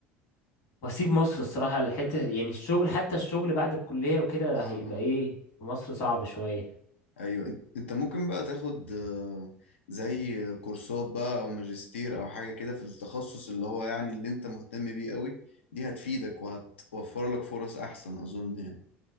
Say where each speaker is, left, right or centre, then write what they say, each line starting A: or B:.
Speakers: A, on the left; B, on the left.
A: واسيب مصر الصراحه الحته يعني الشغل حتى الشغل بعد الكليه وكده
B: اه
A: هيبقى
B: اه
A: ايه في مصر صعب شويه
B: ايوه انت أنت ممكن بقى تاخد آه، زي كورسات بقى او ماجستير او حاجه كده في التخصص اللي هو يعني اللي انت مهتم بيه قوي دي هتفيدك وهتوفر لك فرص احسن اظن يعني